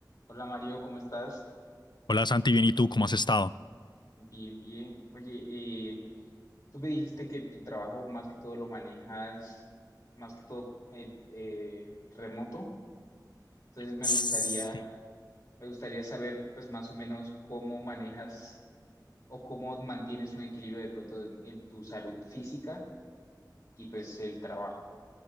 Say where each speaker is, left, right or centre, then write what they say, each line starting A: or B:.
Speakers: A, on the left; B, on the left.
A: Hola Mario, ¿cómo estás?
B: Hola Santi, bien, ¿y tú cómo has estado?
A: Bien, bien. Oye, eh, tú me dijiste que tu trabajo más que todo lo manejas, más que todo eh, eh, remoto. Entonces me
B: Sí.
A: gustaría, me gustaría saber, pues más o menos cómo manejas o cómo mantienes un equilibrio de pronto en, en tu salud física y pues el trabajo.